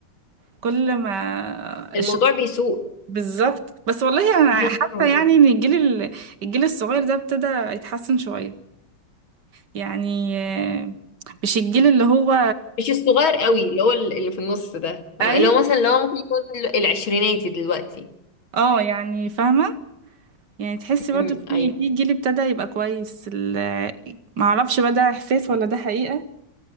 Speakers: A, on the right; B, on the left.
A: كل ما
B: الموضوع
A: الشخص
B: بيسوء
A: بالظبط بس والله أنا
B: ايوه
A: حاسة يعني إن الجيل ال- الجيل الصغير ده ابتدى يتحسن شوية يعني آه، مش الجيل اللي هو
B: مش الصغير قوي اللي هو ال- اللي في النص ده اللي
A: أيوه
B: هو مثلا اللي هو ممكن يكون ال- العشريناتي دلوقتي
A: اه يعني فاهمة يعني تحسي برضو
B: امم
A: في
B: ايوه
A: في جيل ابتدى يبقى كويس ال- معرفش بقى ده إحساس ولا ده حقيقة